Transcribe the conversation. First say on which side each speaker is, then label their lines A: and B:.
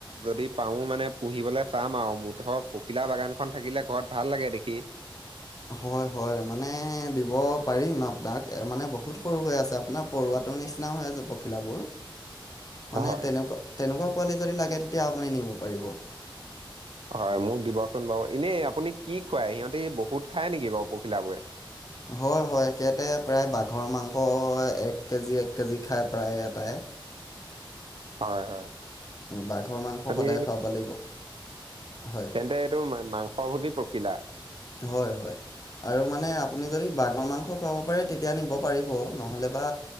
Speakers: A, on the right; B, on the left.
A: যদি পাও মানে পুহিব চাম আৰু মতৰক পখিলা বাগানখন থাকিলে ঘৰত ভাল লাগে দেখি
B: হয় হয় মানে দিব পাৰিম আপোনাক মানে বহুত সৰু হৈ আছে আপোনাৰ পৰুৱাত তাতৰ নিচিনা হৈ আছে পখিলাাবোৰ মানে
A: হয়
B: তেনেক তেনেকুৱা পোৱালি যদি লাগে তেতিয়া আপুনি নিব পাৰিব
A: হয় মোক দিবচোন বাৰু এনেই আপুনি কি খুৱাই সিহঁতে বহুত খায় নেকি বাৰু পখিল বোৰে
B: হয় হয় সিহয়াঁতে প্ৰায় বাঘৰ মাংস এক কেজি এক কেজি খায় প্ৰায় এটাই
A: হয় হয়
B: বাঘৰ মাংস
A: সিহঁতি
B: সদায় খুৱাব লাগিব হয়
A: তেন্তে এইটো মাংস ভোজি পখিলা
B: হয় হয় আৰু মানে আপুনি যদি বাগৰ মাংস খুৱাব পাৰে তেতিয়া নিব পাৰিব নহ'লে বা